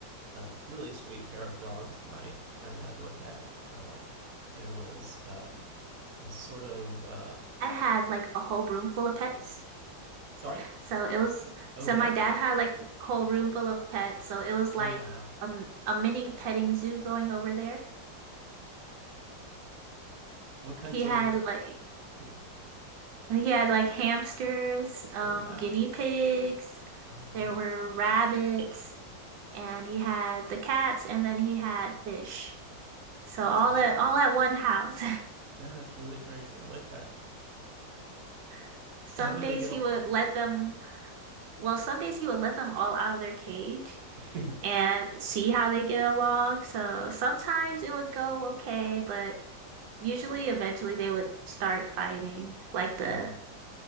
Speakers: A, on the right (about 55°); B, on the right (about 85°).
A: uh, really sweet pair of dogs my my landlord had. Um, there was um, this sort of uh,
B: Dad had like a whole room full of pets.
A: sorry.
B: So it was,
A: Oh
B: so
A: yeah.
B: my dad had like a whole room full of pets. So it was like
A: Oh wow.
B: um, a mini petting zoo going over there.
A: <laughs> what kinds
B: He
A: of
B: had like,
A: yeah.
B: he had like hamsters, um,
A: Oh wow.
B: guinea pigs,
A: Oh man.
B: there were rabbits, and he had the cats, and then he had fish. So
A: That's
B: all
A: amazing.
B: at all at one house.
A: That's really crazy. I like that.
B: <laughs> Some
A: How did
B: days
A: they get
B: he
A: along?
B: would let them Well, some days he would let them all out of their cage
A: <laughs>
B: and see how they get along. So sometimes it would go okay, but usually eventually they would start fighting, like the
A: yeah.